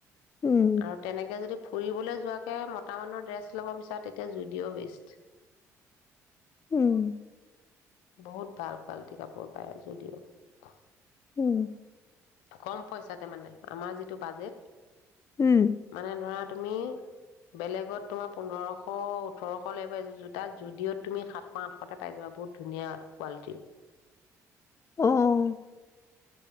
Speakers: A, on the left; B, on the left.
A: উম,
B: আৰু তেনেকে যদি ফুৰিবলৈ যোৱাকে মতা মানুহৰ ড্ৰেছ ল'ব বিচাৰা তেতিয়া, জুডিঅ' বেষ্ট
A: উম।
B: বহুত ভাল কোৱালিটিৰ কাপোৰ পায় জুডিঅ'ত।
A: উম।
B: কম পইচাতে, মানে, আমাৰ যিটো বাজেট
A: উম,
B: মানে, ধৰা তুমি বেলেগত তোমাৰ পোন্ধৰশ, ওঠৰশলৈ গৈ আছে। জোতাট জুডিঅ'ত তুমি সাতশ, আঠশতে পাই যাবা। বহুত ধুনীয়া কোৱালিটি
A: অ'।